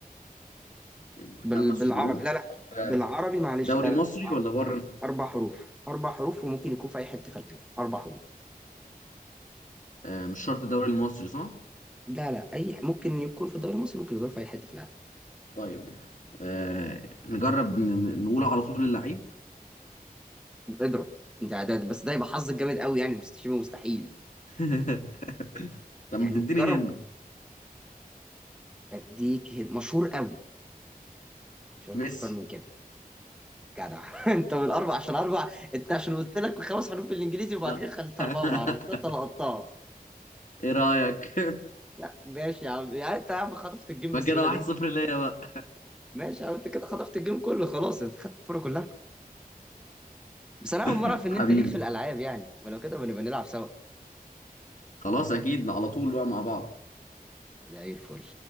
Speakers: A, on the left; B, in the centre.
A: من
B: بال...
A: خمس
B: بالعربي
A: حروف
B: لا لا
A: طب
B: بالعربي معلش
A: دوري
B: لا لا
A: مصري
B: عربي
A: ولا بره
B: أر- اربع حروف اربع حروف وممكن يكون في اي حته في العالم اربع حروف
A: آه مش شرط الدوري المصري صح
B: لا لا اي ح- ممكن يكون في الدوري المصري ممكن يكون في اي حته في العالم
A: طيب آه نجرب ن- ن- نقول على طول اللعيب
B: اضرب ده ده ده- بس ده يبقى حظك جامد قوي يعني مست- شبه مستحيل
A: <laughs> طب
B: يعني
A: ما تديني
B: جرب
A: هند
B: اديك هن- مشهور قوي مش هقولك
A: ميسي
B: اكتر من كده جدع <laughs> انت من اربع عشان اربع انت عشان قلت لك خمس حروف بالانجليزي وبعد
A: آه.
B: كده خليت
A: <laughs>
B: اربعه بالعربي فانت لقطتها
A: ايه رأيك
B: لا ماشي يا عم يعني انت يا عم خطفت
A: <laughs>
B: الجيم
A: يبقى
B: بالسهوله
A: كده واحد
B: دي
A: صفر ليا بقى
B: ماشي يا عم انت كده خطفت الجيم كله خلاص انت خدت الفوره كلها بس انا
A: <laughs>
B: اول مره اعرف ان
A: حبيبي
B: انت ليك في الالعاب يعني ما لو كده بنبقى نلعب سوا
A: خلاص اكيد على طول بقى مع بعض
B: زي الفل